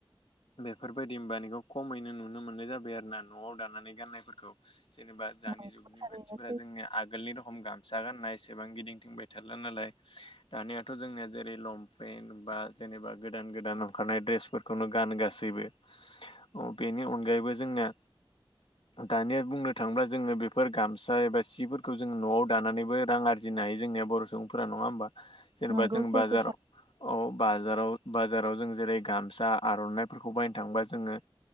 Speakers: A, on the left; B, on the right.
A: बेफोरबायदि होमबानिखौ खमैनो नुनो मोननाय जाबाय आरो ना न'आव दानानै गाननायफोरखौ जेनेबा दानि
B: नंगौ
A: जुगनि
B: थारैनो
A: मानसिफोरा
B: सैथो
A: जों आगोलनि रखम गामसा गाननाय एसेबां गिदिंथिंबाय थारला नालाय दानियाथ' जोंनिया जेरै लंपेन बा जेनेबा गोदान गोदान ओंखारनाय दड्रेसफोरखौनो गान गासैबो औ बेनि अनगायैबो जोंना दानिया बुंनो थाङोब्ला जोङो बेफोर गाम फिसा एबा सिफोरखौ जोङो न'आव दानानैबो रां आरजिनो हायो जोंनिया बर' सुबुंफोरा नङा होमबा जेनेबा
B: नंगौ
A: जों
B: सैथो
A: बाजाराव औ बाजाराव बाजाराव जों जेरै गामसा आर'नाइफोरखौ बायनो थाङोबा जोङो